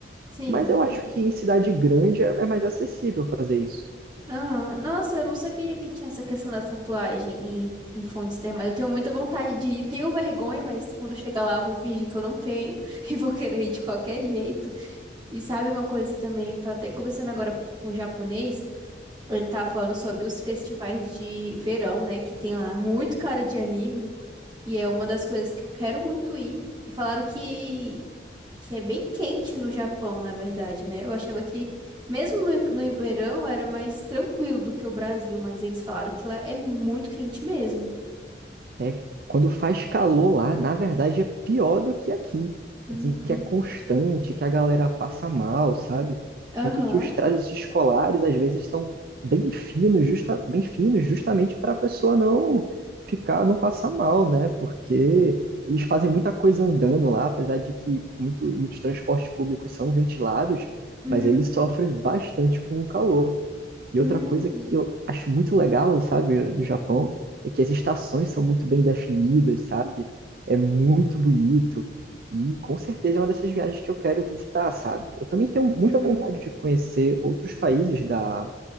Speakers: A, on the right; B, on the right.
A: Sim.
B: Mas eu acho que em cidade grande é é mais acessível fazer isso.
A: Ah, nossa, eu não sabia que tinha essa questão da tatuagem em, em fontes termais. Eu tenho muita vontade de ir. Tenho vergonha, mas quando chegar lá eu vou fingir que eu não tenho <laughs> e vou querer ir de qualquer jeito. E sabe uma coisa também? Eu tava até conversando agora há pouco com um japonês. Ele tava falando sobre os festivais de verão, né? Que tem lá muito cara de anime. E é uma das coisas que eu quero muito ir. E falaram que que é bem quente no Japão, na verdade, né? Eu achava que, mesmo no, no verão, era mais tranquilo do que o Brasil, mas eles falaram que lá é muito quente mesmo.
B: É, quando faz calor lá, na verdade é pior do que aqui.
A: Hum,
B: Dizem que é constante, que a galera passa mal, sabe?
A: aham,
B: Tanto que os trajes escolares às vezes são bem finos, justa, bem finos, justamente para a pessoa não ficar, não passar mal, né? Porque eles fazem muita coisa andando lá, apesar de que muito, muitos transportes públicos são ventilados,
A: uhum,
B: mas eles sofrem bastante com o calor. E
A: uhum,
B: outra coisa que eu acho muito legal, sabe, do Japão, é que as estações são muito bem definidas, sabe? É muito bonito. E com certeza é uma dessas viagens que eu quero visitar, sabe? Eu também tenho muita
A: uhum,
B: vontade de conhecer outros países da,